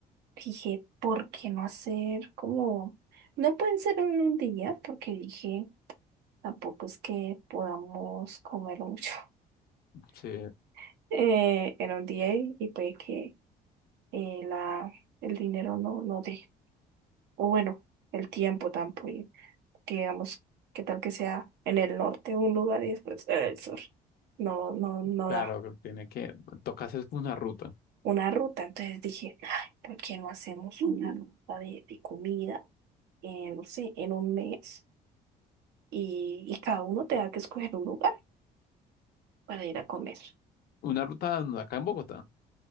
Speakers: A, on the right (about 80°); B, on the left (about 65°).
A: dije, ¿por qué no hacer como... No pueden ser en un día, porque dije, tampoco es que podamos comer mucho
B: Sí,
A: <laughs> eh, en un día y, y puede que eh, la, el dinero no, no dé. o bueno, el tiempo tampoco, que digamos, qué tal que sea en el norte un lugar y después en el sur. No, no, no
B: claro,
A: da
B: que tiene que, toca hacer una ruta.
A: una ruta. Entonces dije, ay, ¿por qué no hacemos una ruta de, de comida, eh, no sé, en un mes? Y, y cada uno te da que escoger un lugar para ir a comer.
B: Una ruta acá en Bogotá,